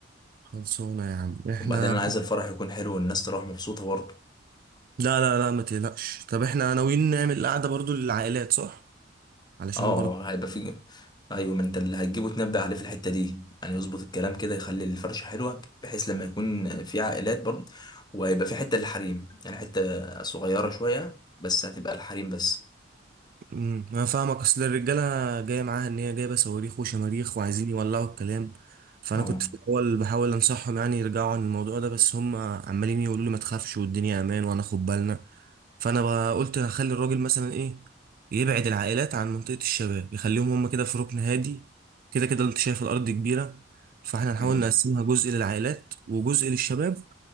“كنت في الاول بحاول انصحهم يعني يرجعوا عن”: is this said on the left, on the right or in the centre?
Right